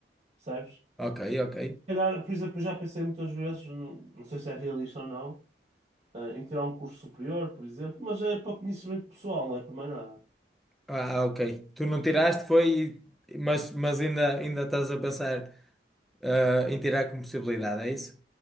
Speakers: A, on the right; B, in the centre.
A: percebes?
B: ok, ok.
A: calhar, por exemplo, eu já pensei muitas vezes, não, não sei se é realista ou não, eh, em tirar um curso superior, por exemplo, mas é para conhecimento pessoal, não é para mais nada.
B: Ah, ok. Tu não tiraste, foi, mas, mas ainda, ainda estás a pensar, ah, em tirar como possibilidade, é isso?